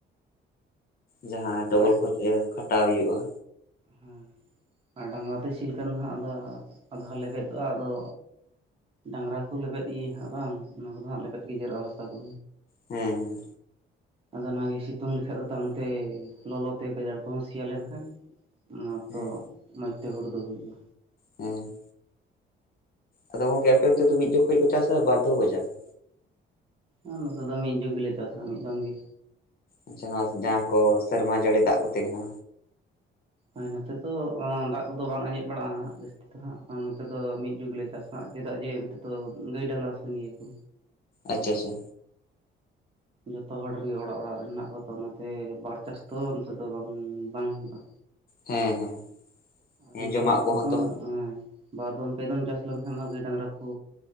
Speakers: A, on the left; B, on the right.
A: ᱡᱟᱦᱟᱸ ᱰᱚᱵᱚᱞ
B: ᱟᱨ
A: ᱠᱷᱚᱨᱚᱪ ᱨᱮ ᱠᱷᱟᱴᱟᱣ ᱦᱩᱭᱩᱜ-ᱟ
B: ᱦᱮᱸ ᱟᱨ ᱰᱟᱝᱨᱟ ᱛᱮ ᱥᱤ ᱞᱮᱠᱷᱟᱱ ᱫᱚ ᱦᱟᱸᱜ ᱟᱫᱷᱟ ᱞᱮᱵᱮᱫᱚᱜ-ᱟ ᱟᱫᱚ ᱰᱟᱝᱨᱟ ᱠᱚ ᱞᱮᱵᱮᱫ ᱜᱮᱭᱟ ᱦᱟᱸᱜ ᱵᱟᱝ ᱚᱱᱟ ᱠᱚᱫᱚ ᱦᱟᱸᱜ ᱞᱮᱵᱮᱫ ᱜᱮ ᱡᱮᱨᱚᱜ-ᱟ ᱦᱟᱥᱟ ᱫᱚ
A: ᱦᱮᱸ
B: ᱟᱫᱚ ᱚᱱᱟᱜᱮ ᱥᱤᱛᱩᱝ ᱞᱮᱠᱷᱟᱡ ᱫᱚ ᱛᱟᱭᱚᱢᱛᱮ ᱞᱚᱞᱚ ᱛᱮ ᱜᱟᱡᱟᱲ ᱠᱚᱦᱚᱸ ᱥᱮᱭᱟ ᱞᱮᱱᱠᱷᱟᱱ ᱚᱱᱟ
A: ᱦᱮᱸ
B: ᱛᱚ ᱢᱚᱸᱡᱽᱛᱮ ᱦᱚᱲᱩ ᱫᱚ ᱦᱩᱭᱩᱜ-ᱟ
A: ᱦᱩᱸ ᱟᱫᱚ ᱜᱚᱝᱠᱮ ᱟᱯᱮ ᱚᱱᱛᱮ ᱫᱚ ᱢᱤᱫ ᱡᱚᱠᱷᱚᱡ ᱠᱚ ᱪᱟᱥᱟ ᱵᱟᱨ ᱫᱷᱟᱣ ᱠᱚ ᱪᱟᱥᱟ
B: ᱟᱨ ᱱᱚᱛᱮ ᱫᱚ ᱢᱤᱫ ᱡᱩᱜᱽ ᱜᱮᱞᱮ ᱪᱟᱥᱟ ᱢᱤᱫ ᱫᱚᱢ ᱜᱮ
A: ᱟᱪᱪᱷᱟ ᱱᱚᱣᱟ ᱡᱟᱦᱟᱸ ᱠᱚ ᱥᱮᱨᱢᱟ ᱡᱟᱹᱲᱤ ᱫᱟᱜ ᱠᱚᱛᱮ ᱠᱟᱱᱟ
B: ᱦᱮᱸ ᱱᱚᱛᱮ ᱫᱚ ᱫᱟᱜ ᱠᱚᱫᱚ ᱵᱟᱝ ᱟᱸᱡᱮᱫ ᱵᱟᱲᱟᱜ-ᱟ ᱦᱟᱜ ᱡᱟᱹᱥᱛᱤ ᱫᱚ ᱦᱟᱸᱜ ᱱᱚᱛᱮ ᱫᱚ ᱢᱤᱫ ᱡᱩᱜᱽ ᱞᱮ ᱪᱟᱥᱼᱟ ᱪᱮᱫᱟᱜ ᱡᱮ ᱚᱱᱛᱮ ᱫᱚ ᱜᱟᱹᱭ ᱰᱟᱝᱨᱟ ᱥᱟᱸᱜᱮᱭᱟ ᱠᱚ
A: ᱟᱪᱪᱷᱟ ᱟᱪᱪᱷᱟ
B: ᱡᱚᱛᱚ ᱦᱚᱲ ᱨᱮᱱᱜᱮ ᱚᱲᱟᱜ ᱚᱲᱟᱜ ᱨᱮᱱ ᱢᱮᱱᱟᱜ ᱠᱚᱣᱟ ᱛᱚ ᱚᱱᱟᱛᱮ ᱵᱟᱨ ᱪᱟᱥ ᱫᱚ ᱱᱚᱛᱮ ᱫᱚ ᱵᱟᱝ ᱵᱟᱝ ᱦᱩᱭᱩᱜ-ᱟ
A: ᱦᱮᱸ ᱦᱮᱸ
B: ᱟᱨ
A: ᱦᱮᱸ
B: ᱚᱱᱠᱟ
A: ᱡᱚᱢᱟᱜ
B: ᱵᱟᱨ
A: ᱠᱚᱦᱚᱸ
B: ᱫᱚᱢ
A: ᱛᱚ
B: ᱵᱟᱨ ᱫᱚᱢ ᱯᱮ ᱫᱚᱢ ᱪᱟᱥ <unintelligible> ᱜᱟᱹᱭ ᱰᱟᱝᱨᱟ ᱠᱚ